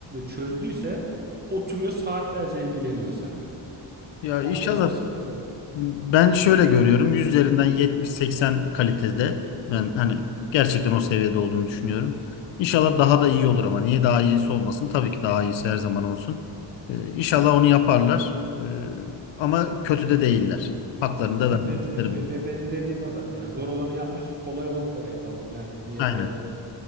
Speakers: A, on the right; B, on the left.
A: çözdüyse oturuyor saatlerce ilgileniyor seninle.
B: Ya
A: Onda
B: inşallah
A: hiçbir sıkıntı yok.
B: Ben şöyle görüyorum. 100 üzerinden 70-80 kalitede. Ben hani gerçekten o seviyede olduğunu düşünüyorum. İnşallah daha da iyi olur ama niye daha iyisi olmasın? Tabii ki daha iyisi her zaman olsun. Ee, İnşallah onu yaparlar. Ee, ama kötü de değiller. Haklarını
A: Tabii
B: da vermek
A: be-
B: isterim.
A: be- be-
B: yani.
A: be- benim dediğim o zaten. Ya zor olanı yapmışız, kolay olanı da yapalım. Yani niye
B: Aynen.
A: duralım ki?